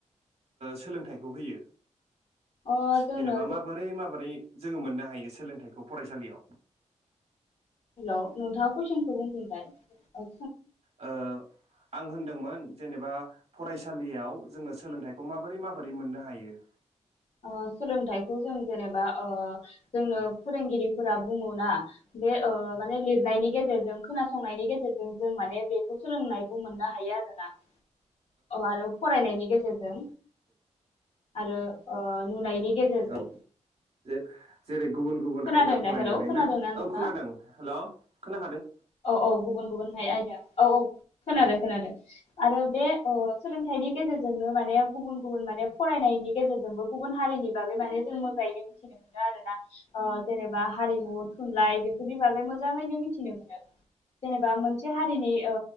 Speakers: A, on the right; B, on the left.
A: सोलोंथाइखौ होयो?
B: अ जोंनो
A: जेनेबा माबोरै माबोरै जोङो मोननो हायो सोलोंथाइखौ फरायसालियाव।
B: हेल' नोंथां। कुइसनखौ बुंफिनलाय औ
A: ओ आं होनदोंमोन जेनेबा फरायसालियाव जोङो सोलोंथाइखौ माबोरै माबोरै मोननो हायो?
B: ओसोलोंथाइखौ जों जेनेबा ओ जोंनो फोरोंगिरिफोरा बुङो ना बे ओ माने ओ लिरनायनि गेजेरजों खोनासंनायनि गेजेरजों जों माने बेखौ सोलोंनायखौ मोननो हायो आरोना ओ आरो फरायनायनि गेजेरजों आरो ओ नुनायनि गेजेरजों
A: औ जे जेरै गुबुन गुबुन
B: खोनादों
A: आयदा फरायनानै
B: दा हेलौ खोनादोंना
A: ना औ
B: नोंथाङा?
A: खोनादों हेल' खोना
B: औ औ गुबुन गुबुनहाय आयदा। औ औ खोनादो
A: औ
B: खोनादो आरो बे ओ सोलोंथाइनि गेजेरजोंनो माने गुबुन गुबुन माने फरायनायनि गेजेरजोंबो गुबुन हारिनि बागै माने जों मोजाङैनो मिथिनो मोनो आरो ना ओ जेनेबा हारिमु थुनलाइ बेफोरनि बागै मोजाङैनो मिथिनो मोनो। जेनेबा मोनसे हारिनि ओ